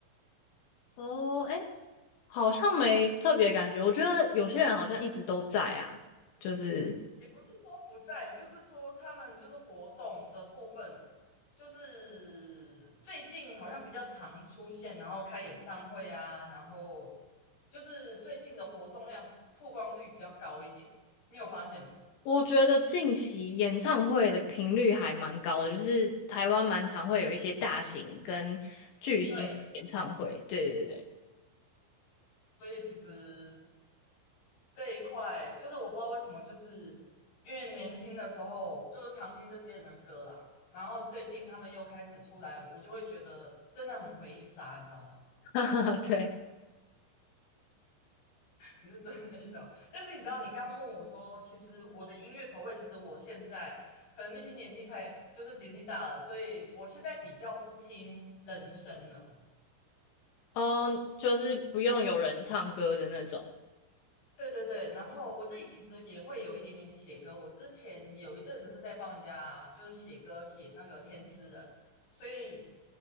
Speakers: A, on the left (about 70°); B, on the left (about 50°).
A: 哦，哎，好像没特别感觉。我觉得有些人好像一直都在啊，就是。
B: 也不是说不在，就是说他们就是活动的部分，就是最近好像比较常出现，然后开演唱会啊，然后就是最近的活动量曝光率比较高一点，你有发现吗？
A: 我觉得近期演唱会的频率还蛮高的，就是台湾蛮常会有一些大型跟巨星演唱会。
B: 对，
A: 对对对，
B: 所以其实这一块就是我不知道为什么，就是因为年轻的时候就是常听这些人的歌啦，然后最近他们又开始出来，我就会觉得真的很回忆杀，你知道吗？
A: <laughs> 对，
B: 你是真的在笑，但是你知道，你刚问我说，其实我的音乐口味，其实我现在可能毕竟年纪太，就是年纪大了，所以我现在比较不听人声了。
A: 哦，就是不用有人唱歌的那种。
B: 对对对，然后我自己其实也会有一点点写歌，我之前有一阵子是在帮人家就是写歌，写那个填词人，所以